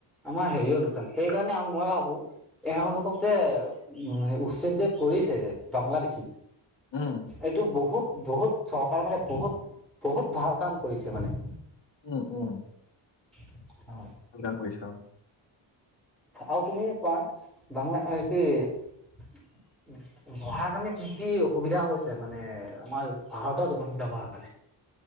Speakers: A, in the centre; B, on the left.
A: আমাৰ হেৰিয় লোকচান সেই কাৰনে মই ভাবো এওঁলোকক যে উ উচ্ছেদ যে কৰিছে যে বাংলাদেশী
B: উম
A: এইটো বহুত বহুত চৰকাৰে মানে বহুত বহুত ভাল কাম কৰিছে মানে।
B: উম উম।
A: <inaudible>
B: ভাল কাম কৰিছে অ'।
A: আৰু তুমি কোৱা বালা ভ কি বঢ়াৰ কাৰণে কি কি অসুবিধা হৈছে মানে আমাৰ ভাৰতৰ জনসংখ্যা বঢ়াৰ কাৰণে?